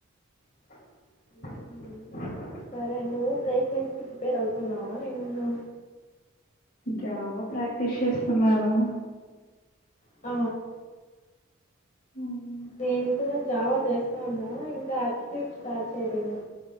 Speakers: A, on the left; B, on the left.
A: <inaudible>
B: మ్మ్. సరే నువ్వు ప్లేస్మెంట్స్కి ప్రిపేర్ అవుతున్నావా ఏమన్నా
A: జావా ప్రాక్టీస్ చేస్తున్నాను
B: ఆ
A: ఉమ్
B: నేను కూడా జావా చేస్తా అన్నా ఇంకా ఆప్టిట్యూడ్ స్టార్ట్ చేయలేదు